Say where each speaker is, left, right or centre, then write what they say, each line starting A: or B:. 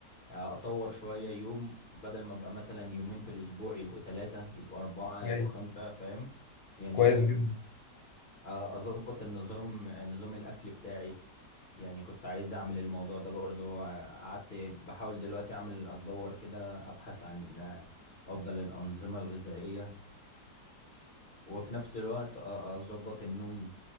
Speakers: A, on the left; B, on the left.
A: آه، اطور شويه يوم بدل ما ابقى مثلا يومين في الاسبوع يبقوا ثلاثه يبقوا اربعه
B: كويس
A: يبقوا خمسه فاهم يعني
B: كويس
A: ايه
B: جدا
A: آه، اظبط النظام آه، نظام الاكل بتاعي يعني كنت عايز اعمل الموضوع ده برضو آه، قعدت بحاول دلوقتي اعمل ادور كده ابحث عن آه، افضل الانظمه الغذائيه وفي نفس الوقت آه، اظبط النوم